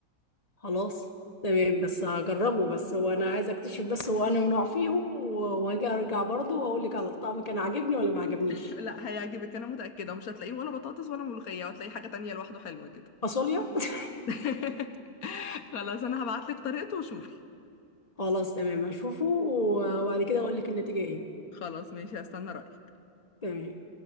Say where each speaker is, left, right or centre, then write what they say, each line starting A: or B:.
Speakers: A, on the left; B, on the left.
A: خلاص تمام بس هجربه بس هو انا عايزه اكتشف بس هو انا نوع فيهم و- وهاجي ارجع برضه واقول لك على الطعم كان عاجبني ولا ما عجبنيش
B: لا هيعجبك انا متاكده ومش هتلاقيه ولا بطاطس ولا ملوخيه وهتلاقي حاجه تانية لوحده حلوه كده
A: فاصوليا <laughs>
B: <laughs> خلاص انا هبعتلك طريقته وشوفي
A: خلاص تمام هشوفه وبعد كده اقول لك النتيجة ايه
B: خلاص ماشي هستنى رايك
A: تمام